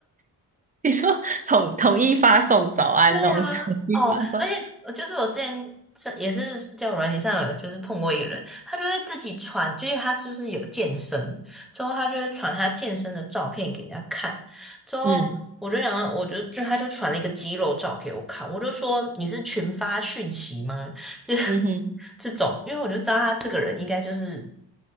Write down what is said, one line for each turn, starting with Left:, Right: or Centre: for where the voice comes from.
Right: <laughs> 你说统统一发送早安那种，
Centre: 对啊，
Right: <laughs> 统一发送，
Centre: 哦，而且我就是我之前是也是在友软件上有就是碰过一个人，他就会自己传，就是他就是有健身，之后他就会传他健身的照片给人家看，之后我就想到，
Right: 嗯
Centre: 我就就他就传了一个肌肉照给我看，我就说你是群发讯息吗？就是
Right: 嗯哼，
Centre: <laughs> 这种，因为我就知道他这个人应该就是